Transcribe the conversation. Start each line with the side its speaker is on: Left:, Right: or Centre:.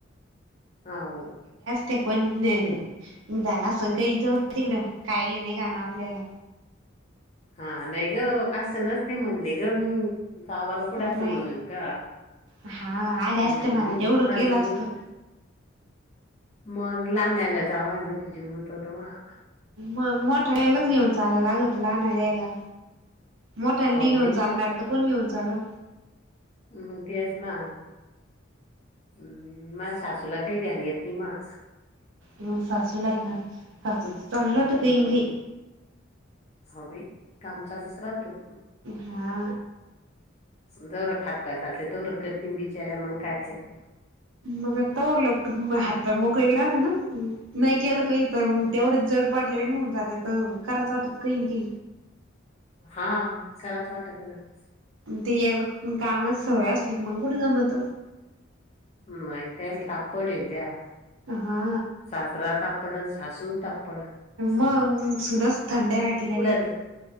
Left: हाव.
Right: ते पन नई बाई, म झालं असन कई जाऊदे तिकड काय घेन देणं आपल्याला?
Left: हा नाई गं असं, नसते म्हणले गं मी. जावाला कुठ
Right: नाही
Left: असं म्हणन का?
Right: हा आल्या असते
Left: नई
Right: म्हणा
Left: नई
Right: तेवढं
Left: माया
Right: केलं
Left: जीव
Right: असतं
Left: बघ मग लाण्याला जावंय मदी, जीव गुततो मवा.
Right: मंग मोठड्यालाच घेऊन, चाला लागतं लहानलयला. मोठाले
Left: हाव
Right: नई घेऊन
Left: बाई
Right: चालणारं तर, कोण घेऊन चाललं.
Left: मग तेच ना. हम्म हम्म, माया सासूला काही ध्यान येत नाही मां.
Right: मग सासूला या, का सासूच चालू राहत कई
Left: ह
Right: न कई.
Left: हो बाई काम चालूच राहत.
Right: हा.
Left: जवर हातपाय चालते तवर, करतीन बिचार्या मगं काय करती.
Right: मग तवर लोकं त म हात, हे मोकळे बी राहते ना नई केलं कई. मग तेवढेच जड पडल्या वानी होऊन जाता तर कराचं वाटत कईन कई.
Left: हां.. <unintelligible>
Right: ती एकदा कामाची सवय असली मग कुठ जमत?
Left: हम्म माहितीये तापड येत्येया.
Right: हा.
Left: सासरा तापड, अनं सासू तापड. पुढ,
Right: मग सुनच थंड्या भेटलेल्या
Left: हा पुढ ज